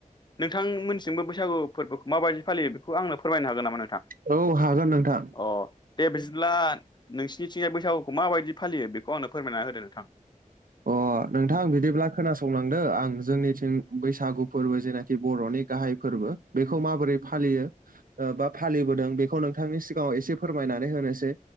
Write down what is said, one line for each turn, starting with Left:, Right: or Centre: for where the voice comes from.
Left: नोंथांमोननिथिंबो बैसागु फोरबोखौ माबायदि फालियो बेखौ आंनो फोरमायनो हागोन नामा नोंथां
Right: औ हागोन नोंथां
Left: अ दे बिदिब्ला नोंसिनिथिंजाय बैसागुखौ माबायदि फालियो बेखौ आंनो फोरमायना होदो नोंथां
Right: अ अ नोंथां आं बिदिब्ला खोनासंलांदो आं जोंनिथिं बैसागु फोरबो जेनाखि बर'नि गाहाइ फोरबो बेखौ माबोरै फालियो बा फालिबोदों बेखौ नोंथांनि सिगाङाव एसे फोरमायनानै होनो होसै